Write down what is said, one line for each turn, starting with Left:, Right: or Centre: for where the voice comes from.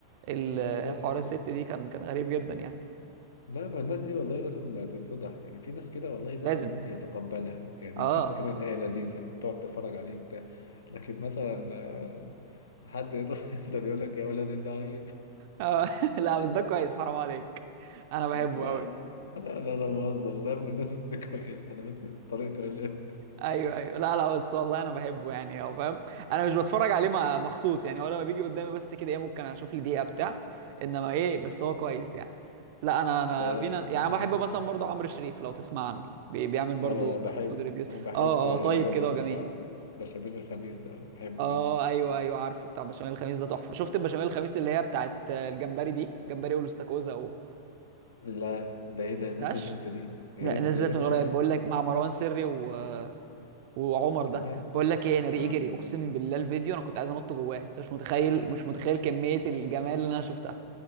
Right: ال-
Left: بالظبط
Right: حوار الست دي كان كان غريب جدا يعني
Left: لا ما الناس دي والله لازم تتفضح يعني في ناس كده والله الواحد
Right: لازم
Left: ممكن يتقبلها يعني
Right: اه,
Left: تحس كده ان هي لذيذه تقعد تتفرج عليه وبتاع لكن مثلا آه، حد يروح <laughs> يفضل يقول لك يا ولد اللعيب
Right: آه. <laughs> لا بس ده كويس حرام عليك انا بحبه
Left: آه، لا
Right: قوي
Left: لا لا لا بهزر ده من الناس <laughs> الكويسه انا بس طريقته اللي
Right: ايوه ايوه لا لا بس والله انا بحبه يعني هو فاهم انا مش بتفرج عليه مع- مخصوص يعني هو لما بيجي قدامي بس كده ايه ممكن اشوف لي دقيقه بتاع انما ايه بس هو كويس يعني لا انا انا
Left: اه
Right: فينا يعني أنا بحب مثلا برضو عمرو شريف لو تسمع عنه بي بيعمل برضو
Left: آه، لا بحبه
Right: فود ريفيوز
Left: وبحب
Right: اه
Left: الراجل
Right: اه طيب كده وجميل
Left: بتاع بشاميل الخميس ده بحبه
Right: اه
Left: جدا
Right: ايوه ايوه عارفه بتاع بشاميل الخميس ده تحفه شفت البشاميل الخميس اللي هي بتاعت آه، الجمبري دي جمبري والاستاكوزا و...
Left: لا ده ايه ده
Right: شفتهاش
Left: نزلت امتى دي يا
Right: لا،
Left: ريت
Right: نزلت
Left: يا ريت
Right: من
Left: اشوفها
Right: قريب بقول لك مع مروان سري و... وعمر
Left: كمان
Right: ده بقول لك ايه انا ريقي
Left: اه
Right: جري اقسم بالله الفيديو انا كنت عايز انط جواه انت مش متخيل
Left: <laughs>
Right: مش متخيل كمية الجمال اللي انا شفتها